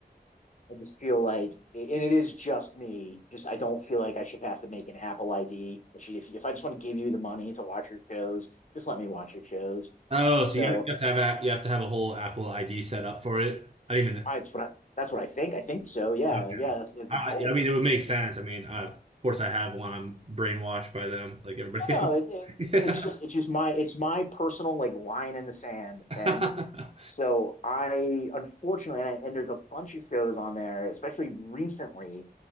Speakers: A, on the left (about 45°); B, on the right (about 40°).
A: I just feel like, and it is just me. Just I don't feel like I should have to make an Apple ID. If you- if I just want to give you the money to watch your shows, just let me watch your shows.
B: oh
A: So
B: so you have, you have to have app you have to have a whole Apple ID set up for it I didn't even
A: I, it's what I, that's what I think. I think so. Yeah,
B: okay
A: yeah. That's what I've
B: I,
A: been told.
B: I mean it would make sense I mean uh, of course I have one I'm brainwashed by them like everybody
A: No, no, it, it,
B: else.
A: it's just
B: <laughs>
A: it's just my it's my personal like line in the sand, and
B: Yeah. <laughs>
A: so I unfortunately and, I, and there's a bunch of shows on there, especially recently,